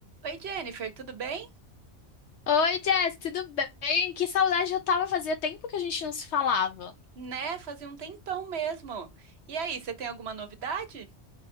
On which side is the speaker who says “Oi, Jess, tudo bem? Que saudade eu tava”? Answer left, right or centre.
Left